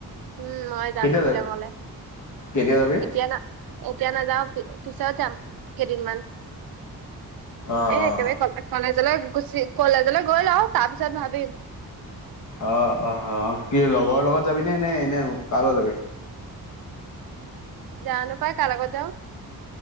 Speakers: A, on the right (about 70°); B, on the left (about 50°).
A: উম মই যাম
B: কেতিয়া
A: শ্বিলঙলে
B: যাবি কেতিয়া যাবি
A: এতিয়া না এতিয়া নাযাও পি পিছত যাম কেইদিনমান
B: অঁ
A: এ একেবাৰে কণ্টেক্ট কলেজলৈ গুচি কলেজলৈ গৈ লও তাৰ পিছত ভাবিম
B: অ অ কি লগৰ লগত যাবি নে নে এনে কাৰ লগত যাবি
A: জানা পাই কাৰ লগত যাও